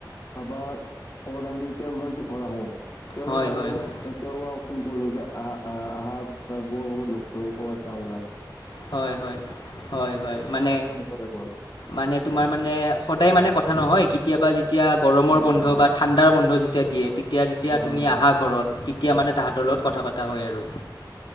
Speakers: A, on the left (about 40°); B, on the left (about 85°).
A: ভাবা কবাত আমি এতিয়া মই যদি ঘৰ আহো তেওঁ
B: হয়
A: তেওঁলোক
B: হয় হয়
A: তেওঁলোকক ফোন কৰিলো যে আহা আহ আহা ব ক'ৰবাত লগ কৰ'বাত যাওঁ উলাই।
B: হয় হয় হয় হয়। মানে
A: এ সদায় এনেকোৱা টাইপৰ।
B: মানে তোমাৰ মানে সদায় মানে কথা নহয় কেতিয়াবা যেতিয়া গৰমৰ
A: অ
B: বন্ধ
A: অ
B: বা ঠা ঠাণ্ডাৰ বন্ধ যেতিয়া দিয়ে তি তেতিয়া যেতিয়া
A: হয়
B: তুমি
A: হয়
B: আহা ঘৰত তেতিয়া মানে তাহাঁতৰ লগত কথা পতা হয় আৰু?